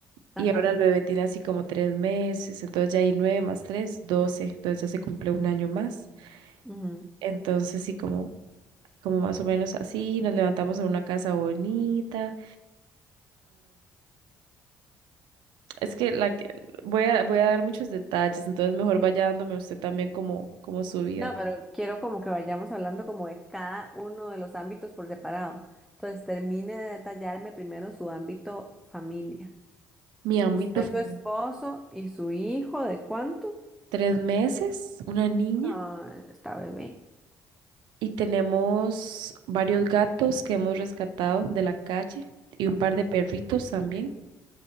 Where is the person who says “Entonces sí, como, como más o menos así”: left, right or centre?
Right